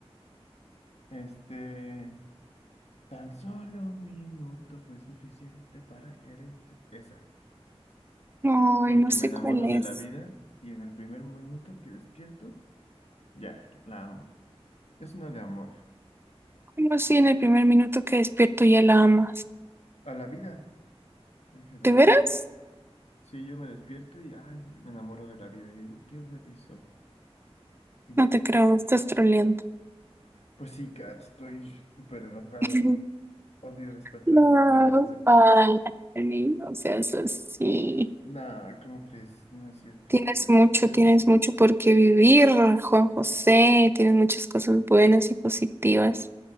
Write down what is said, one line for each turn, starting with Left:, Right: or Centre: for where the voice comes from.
Left: Este, tan solo un minuto fue suficiente para quererte. Esa,
Right: Ay,
Left: porque
Right: no sé
Left: me enamoro
Right: cuál es.
Left: de la vida y en el primer minuto que despierto, ya, la amo. Es una de amor.
Right: ¿Cómo así en el primer minuto que despierto ya la amas?
Left: A la vida en general.
Right: ¿De veras?
Left: Sí, yo me despierto y, ay, me enamoro de la vida y digo, qué feliz soy. Y
Right: No
Left: ya.
Right: te creo, me estás troleando.
Left: Pues sí, Kat, estoy súper enojado.
Right: <laughs>
Left: Odio despertarme.
Right: No,
Left: Nada, no es cierto.
Right: ay, Jenny, no seas así.
Left: Nah, ¿cómo crees? No es cierto,
Right: Tienes
Left: Kat.
Right: mucho,
Left: Ya.
Right: tienes mucho por qué vivir, Juan José. Tienes muchas cosas buenas y positivas.